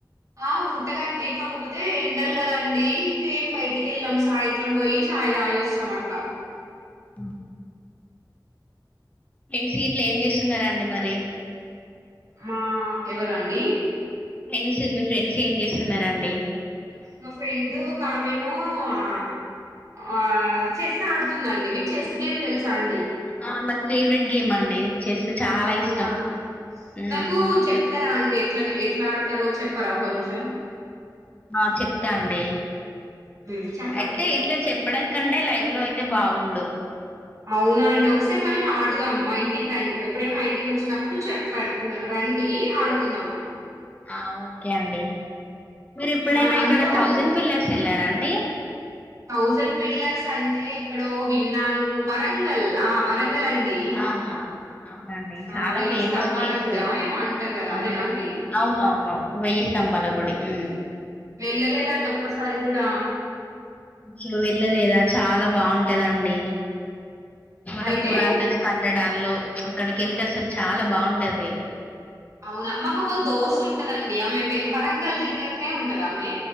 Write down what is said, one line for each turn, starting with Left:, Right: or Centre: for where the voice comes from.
Right: ఆ ఉంటదండి కాకపోతే ఎండాలి కదండి ఇంకేం బయటికి వెళ్ళాం సాయంత్రం పోయి చాయ్ తాగి వస్తాం అట్లా
Left: ఆ ఫ్రెండ్ స ఇట్లు ఏం చేస్తున్నారా అండి మరి
Right: మా ఎవరు అండి
Left: ఫ్రెండ్స్ మీ ఫ్రెండ్స్ ఏం చేస్తున్నారండి
Right: మా ఫ్రెండ్ ఒక ఆమెమో ఆ ఆ చెస్ ఆడుతుందండి మీకు చెస్ గేమ్ తెలుసా అండి
Left: ఆ నా ఫేవరెట్ గేమ్ అండి చెస్ చాలా
Right: అవునా
Left: ఇష్టం ఉమ్
Right: నాకు చెప్తారా అండి ఎట్ల ఎట్లాడతారో చెప్ తారా కొంచెం
Left: ఆ చెప్తా అండి
Right: ఉమ్, చెప్పండి
Left: అయితే ఇట్లా చెప్పడం కంటే లైవ్ లో తే బావుండు
Right: అవునా అండి ఒకసారి మనం ఆడుదాం మా ఇంటికి రన్ ఎప్పుడైనా మా ఇంటికి వచ్చినప్పుడు చెప్పన్ రండి ఆడుకుందాం మనం
Left: ఆ ఓకే అండి మీరెప్పుడైనా
Right: ఆ, అందులో
Left: ఇక్కడ థౌజండ్ పిల్లర్స్ ఎళ్ళారా అండి
Right: థౌజండ్ పిల్లర్స్ అంటే ఎక్కడో విన్నాను వరంగల్ ఆ వరంగ్ ల్ అండి
Left: ఆ అవునండి చాలా
Right: ఆ వెయ్యి
Left: ఫేమస్
Right: స్తంభాల
Left: ప్లేసు
Right: గుడి ఏమో అంటారు కదా
Left: అవును
Right: అదేనా అండి
Left: అవునవును వెయ్యి స్తంభాల గుడి ఉమ్
Right: వెళ్ళలేదండి ఒక్కసారి కూడా
Left: ఇట్లు వెళ్ళలేదా చాలా బావుంటదండి మన
Right: అయితే
Left: పురాతన కట్టడాల్లో అక్కడికెళ్తే అసలు చాలా బావుంటది
Right: అవునా మాకొక దోస్త్ ఉంటదండి ఆమె వె వరంగల్ దగ్గరనే ఉంటదామె